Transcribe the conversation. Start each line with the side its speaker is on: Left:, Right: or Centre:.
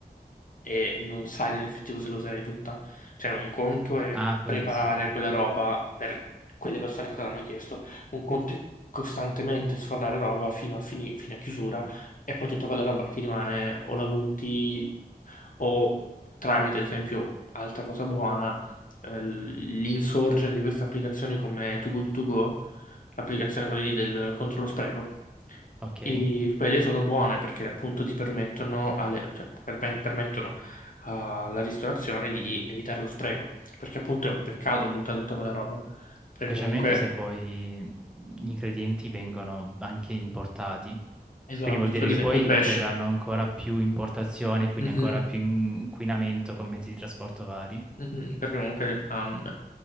Left: e non sai nell'effettivo se lo userai tutta. Cioè, un conto è
Centre: Ah, quello
Left: preparare
Centre: sì,
Left: quella roba per quelle persone che te l'hanno chiesto, un conto è costantemente sfornare roba fino a, fini- fino a chiusura e poi tutta quella roba che ti rimane o la butti o tramite, ad esempio, altra cosa buona, eh, l'insorgere di queste applicazioni come Too Good To Go, l'applicazione quella lì del contro lo spreco.
Centre: ok.
Left: E quelle sono buone perché appunto ti permettono, alle- cioè, perme- permettono alla ristorazione di evitare lo spreco. Perché appunto è un peccato buttare tutta quella roba. Perché
Centre: Specialmente
Left: comunque,
Centre: se poi gli ingredienti vengono anche importati.
Left: esatto,
Centre: Quindi vuol
Left: tipo
Centre: dire
Left: ad
Centre: che
Left: esempio
Centre: poi
Left: il pesce.
Centre: creeranno ancora più importazione, quindi
Left: Mhm.
Centre: ancora più inquinamento con mezzi di trasporto vari.
Left: Mhm, Perché comunque ha un-